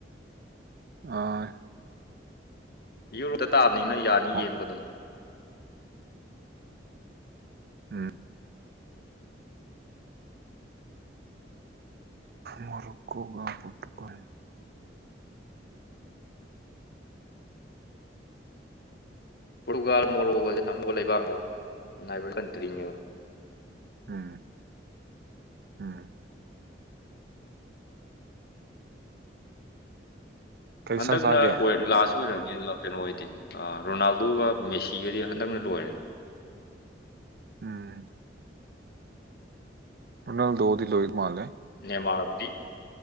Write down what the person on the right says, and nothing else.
ꯑ
ꯑꯣ
ꯎꯝ ꯃ ꯀꯒ ꯄꯨꯠꯀ
ꯎꯝ ꯎꯝ ꯀꯩ
ꯏꯟꯁꯥꯡ ꯆꯥꯒꯦ
ꯎꯝ ꯔꯣꯅꯥꯜꯗꯣꯗꯤ ꯂꯣꯕꯥ ꯃꯥꯂꯦ